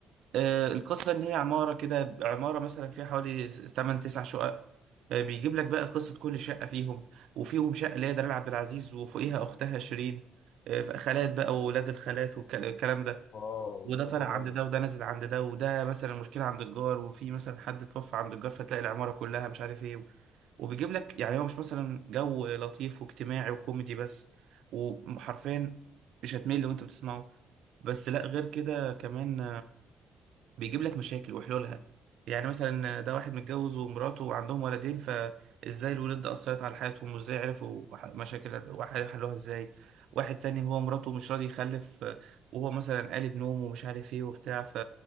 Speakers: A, on the right (about 80°); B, on the left (about 60°).
A: آه القصة إن هي عمارة كده عمارة مثلا فيها حوالي س- تمن تسع شقق آه بيجيب لك بقى قصة كل شقة فيهم وفيهم شقة اللي هي دلال عبد العزيز وفوقيها أختها شيرين آه خالات بقى وولاد الخالات والكلام ده
B: واو
A: وده
B: شكله
A: طالع عند
B: جامد
A: ده وده نازل عند ده وده مثلا مشكلة عند الجار وفي مثلا حد توفى عند الجار فتلاقي العمارة كلها مش عارف ايه وبيجيب لك يعني هو مش مثلا جو لطيف واجتماعي وكوميدي بس وحرفيا مش هتمل وانت بتسمعه بس لا غير كده كمان بيجيب لك مشاكل وحلولها يعني مثلا ده واحد متجوز ومراته وعندهم ولدين فازاي الولاد ده اثرت على حياتهم وازاي عرفوا ح- مشاكل وحلوها ازاي واحد تاني هو مراته مش راضي يخلف آه، وهو مثلا قالب نوم ومش عارف ايه وبتاع ف